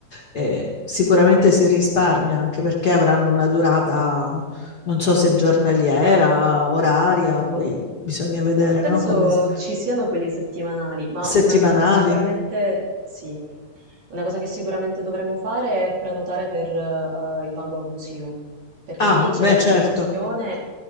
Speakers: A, on the left (about 40°); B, on the right (about 70°).
A: Eh, sicuramente si risparmia, anche perché avranno una durata, non so se giornaliera, oraria, poi bisogna vedere,
B: Penso
A: no? Come si-
B: ci siano quelli settimanali, ma
A: settimanali.
B: una cosa che sicuramente sì, Una cosa che sicuramente dovremmo fare è prenotare per eh, il Van Gogh Museum, perché
A: Ah,
B: lì c'è
A: beh,
B: la prenotazione
A: certo.